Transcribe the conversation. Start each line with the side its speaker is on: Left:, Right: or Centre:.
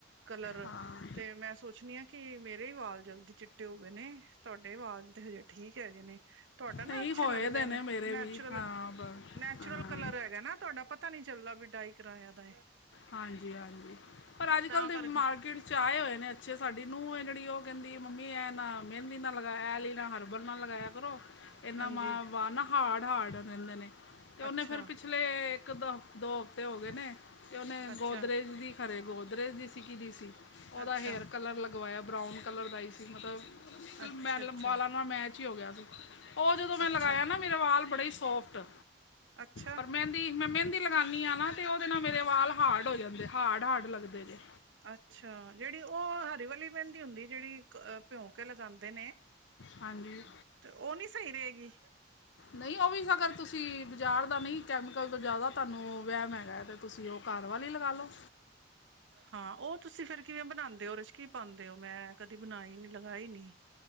Right: ਕਲਰ
Left: ਹਾਂ
Right: ਤੇ, ਮੈਂ ਸੋਚਨੀ ਆ ਕਿ ਮੇਰੇ ਈ ਵਾਲ ਜਲਦੀ ਚਿੱਟੇ ਹੋ ਗਏ ਨੇ, ਤੁਹਾਡੇ ਵਾਲ ਤੇ ਹਜੇ ਠੀਕ ਹੈਗੇ ਨੇ ਤੁਹਾਡਾ ਨਾ
Left: ਨਹੀਂ
Right: ਅੱਛੇ
Left: ਹੋਏ
Right: ਲੱਗਦੇ
Left: ਦੇ
Right: ਨੇ,
Left: ਮੇਰੇ ਵੀ
Right: ਨੈਚੁਰਲ,
Left: ਹਾਂ ਬ-
Right: ਨੈਚੁਰਲ
Left: ਹਾਂ,
Right: ਕਲਰ ਹੈਗਾ ਨਾ ਤੁਹਾਡਾ, ਪਤਾ ਨੀ ਚੱਲਦਾ ਵੀ ਡਾਈ ਕਿਰਾਇਆ ਦਾ ਏ
Left: ਹਾਂਜੀ-ਹਾਂਜੀ, ਪਰ ਅੱਜ ਕੱਲ੍ਹ
Right: ਤਾਂ
Left: ਦੇ
Right: ਕਰਕੇ
Left: ਮਾਰਕੀਟ ਚ ਆਏ ਹੋਏ ਨੇ ਅੱਛੇ, ਸਾਡੀ ਨੂੰਹ ਏ, ਜੇਹੜੀ ਉਹ ਕਹਿੰਦੀ ਮੰਮੀ ਇਹ ਨਾ, ਮੇਹਿੰਦੀ ਨਾਲ ਲਗਾਇਆ, ਅ ਆਲੀ ਨਾਲ ਹਰਬਲ ਨਾਲ ਲਗਾਇਆ ਕਰੋ, ਇਹਨਾ
Right: ਹਾਂਜੀ
Left: ਮਾ ਵਾਲ ਨਾ ਹਾਰਡ- ਹਾਰਡ ਰਹਿੰਦੇ ਨੇ, ਤੇ ਉਹਨੇ
Right: ਅੱਛਾ
Left: ਫੇਰ ਪਿਛਲੇ ਇੱਕ ਦੋ, ਦੋ ਹਫ਼ਤੇ ਹੋ ਗਏ ਨੇ ਤੇ ਉਹਨੇ
Right: ਅੱਛਾ
Left: ਗੋਦਰਰੇਜ ਦੀ ਖਰੇ ਗੋਦਰਰੇਜ ਦੀ ਸੀ, ਕਿਦੀ ਸੀ ਉਹਦਾ
Right: ਅੱਛਾ
Left: ਹੇਅਰ ਕਲਰ ਲਗ ਗਵਾਇਆ ਬਰਾਊਨ ਕਲਰ ਦਾ ਹੀ ਸੀ, ਮਤਲਬ
Right: ਅੱਛਾ ਅੱਛਾ
Left: ਮੈ ਵਾਲਾਂ ਨਾਲ ਮੈਚ ਹੀ ਹੋ ਗਿਆ ਸੀ। ਉਹ ਜਦੋਂ ਮੈਂ
Right: ਅੱਛਾ
Left: ਲਗਾਇਆ ਨਾ, ਮੇਰੇ ਵਾਲ ਬੜੇ ਈ ਸੋਫਟ,
Right: ਅੱਛਾ
Left: ਪਰ ਮੈਂ ਕੀ, ਮੈਂ ਮਹਿੰਦੀ ਲਗਾਂਨੀ ਆ ਨਾ, ਤੇ ਉਹਦੇ ਨਾਲ ਮੇਰੇ ਵਾਲ ਹਾਰਡ ਹੋ ਜਾਂਦੇ, ਹਾਰਡ- ਹਾਰਡ ਲੱਗਦੇ ਜੇ
Right: ਅੱਛਾ, ਜੇਹੜੀ ਉਹ ਹਰੀ ਵਾਲੀ ਮੇਹਿੰਦੀ ਹੁੰਦੀ ਜੇਹੜੀ, ਅ ਪਿਓਕੇ ਕੇ ਲਗਾਦੇ ਨੇ
Left: ਹਂ ਜੀ
Right: ਤੇ, ਉਹ ਨੀ ਸਹੀ ਰਹੇਗੀ
Left: ਨਈ, ਉਹ ਵੀ ਅਗਰ ਤੁਸੀਂ ਬਾਜ਼ਾਰ ਦਾ ਨਈ ਕੈਮੀਕਲ, ਤੋਂ ਜ਼ਿਆਦਾ ਤੁਹਾਨੂੰ ਵੇਹਿਮ ਹੈਗਾ ਹੈ, ਤੇ ਤੁਸੀਂ ਉਹ ਘਾਰ ਵਾਲੀ ਲਗਾ ਲੋੋ
Right: ਹਾਂ, ਉਹ ਤੁਸੀਂ ਫੇਰ ਕਿਵੇਂ ਬਨਾਦੇ ੳ, ਉਹਦੇ ਚ ਕੀ ਪਾਂਦੇ ੳ, ਮੈਂ ਕਦੀ ਬਨਾਈ ਨੀ, ਲਗਾਈ ਨੀ